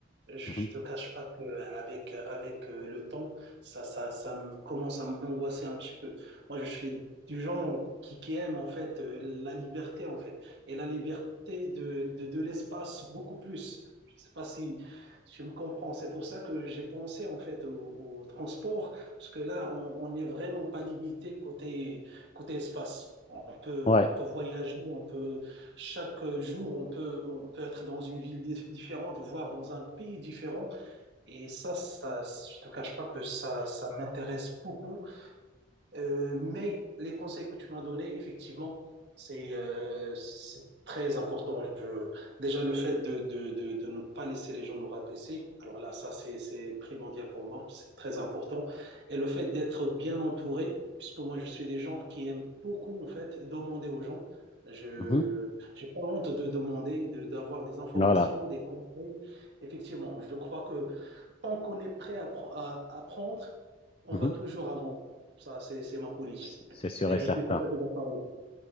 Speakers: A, on the right; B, on the left.
A: je
B: mhm.
A: je te cache pas que euh, avec euh, avec euh, le temps, ça ça ça me commence à m'angoisser un petit peu. Moi, je suis du genre qui qui aime en fait euh, la liberté en fait et la liberté de de, de l'espace beaucoup plus. Je sais pas si si tu me comprends. C'est pour ça que j'ai pensé en fait au, au transport parce que là, on on n'est vraiment pas limité côté côté espace. On peut
B: Ouais.
A: on peut voyager, on peut chaque jour, on peut, on peut être dans une ville différente, voire dans un pays différent. Et ça, ça, je ne te cache pas que ça, ça m'intéresse beaucoup. Euh, mais les conseils que tu m'as donnés, effectivement, c'est euh, c'est très important. Je- déjà, le fait de, de, de, de ne pas laisser les gens nous rabaisser, alors là, ça, c'est c'est primordial pour moi, c'est très important. Et le fait d'être bien entouré, puisque moi, je suis des gens qui aiment beaucoup, en fait, demander aux gens. Je
B: Mhm.
A: j'ai pas honte de demander, de, d'avoir des informations,
B: Voilà.
A: des conseils. Effectivement, je crois que tant qu'on est prêt à, appre- à apprendre, on
B: Mhm.
A: va toujours avancer. Ça, c'est c'est ma politique.
B: C'est c'est sûr
A: Mais
B: et
A: je
B: certain.
A: suis tout à fait d'accord avec